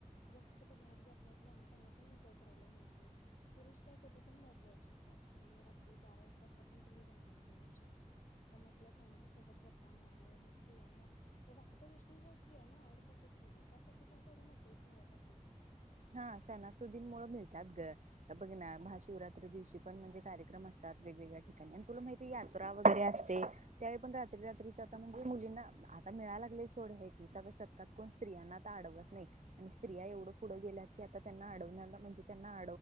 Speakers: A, on the left; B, on the right.
A: जास्त कठ बाहेर जात नाही त्यांना पण एॉय करायला मिळ पुरुष काय की पण बाहेर जाऊ शकतात म्हणजे अगदी बारा एक वाजता पण तुम्ही बाहेर निघू शकतात पण आपल्या फॅमिली सोबत गप्पा मारणे हे फ्री बाकीच्या गोष्टी प स्त्रियांना आवडतातच त्यासाठी पण थोडी नकरी मिळत असेल
B: हा सणासतुदीन मुळ मिळतात ग बघ ना महाशिवरात्री दिवशी पण म्हणजे कार्यक्रम असतात वेगवेगळ्या ठिकाणी आणि तुला माहिती यात्रा वगैरे असते त्यावेळी पण रात्री रात्रीच आता म्हणजे मुलींना आता मिळा लागले सोड ह की सग शतकात कोण स्त्रियां आता अडवत नाही आणि स्त्रिया एवढं
A: हम्म
B: पुढं गेल्या क आता त्यांना अडव म्हणजे त्यांना